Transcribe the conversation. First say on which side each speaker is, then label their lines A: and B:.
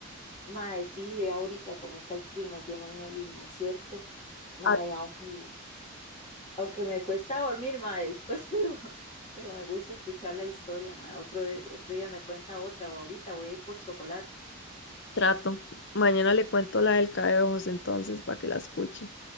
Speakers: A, on the left; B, on the left.
A: Mae, sí, vea ahorita cómo está el clima lleno de neblina, ¿cierto? Mae,
B: A
A: aunque, aunque me cuesta dormir, mae, después, <laughs> pero, pero me gusta escuchar la historia, mae. Otro, de- otro día me cuenta otra o ahorita voy a ir por chocolate.
B: trato. Mañana le cuento la del cae de ojos entonces para que la escuche.